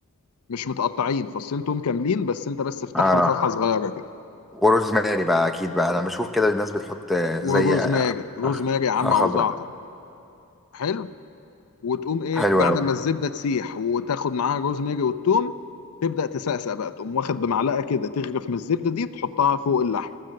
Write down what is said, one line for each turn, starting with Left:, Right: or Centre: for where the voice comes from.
Left: مش متقطعين فصين توم كاملين بس انت بس افتحهم
Centre: آه
Left: فتحه صغيره كده
Centre: وروزماري بقى اكيد بقى انا بشوف كده الناس بتحط آه، زي
Left: وروزماري
Centre: آه،
Left: روزماري يا
Centre: آه،
Left: عم
Centre: خضرة
Left: او زعتر حلو وتقوم ايه
Centre: حلوة
Left: بعد
Centre: أوي
Left: ما الزبده تسيح وتاخد معاها روزماري والثوم تبدا تسقسق بقى تقوم واخد بمعلقه كده تغرف من الزبده دي تحطها فوق اللحم